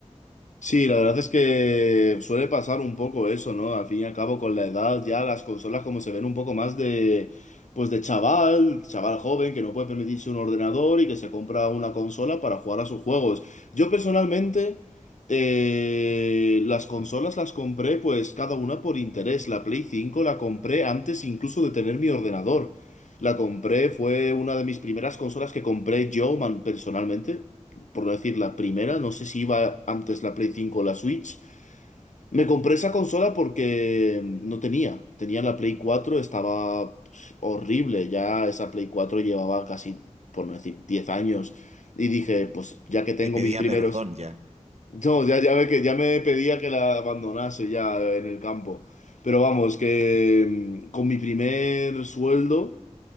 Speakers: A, on the left; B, on the right.
A: Sí, la verdad es que suele pasar un poco eso, ¿no? Al fin y al cabo, con la edad, ya las consolas como se ven un poco más de, pues de chaval, chaval joven que no puede permitirse un ordenador y que se compra una consola para jugar a sus juegos. Yo personalmente, eh, las consolas las compré pues cada una por interés. La Play cinco la compré antes incluso de tener mi ordenador. La compré, fue una de mis primeras consolas que compré yo man- personalmente por no decir la primera, no sé si iba antes la Play cinco o la Switch. Me compré esa consola porque no tenía. Tenía la Play cuatro estaba pues, horrible. Ya esa Play cuatro llevaba casi, por no decir, 10 años. Y dije, pues ya que tengo
B: Te pedía
A: mis primeros...
B: perdón ya.
A: No, ya, ya, me, que- ya me pedía que la abandonase ya en el campo. Pero vamos, que mm, con mi primer sueldo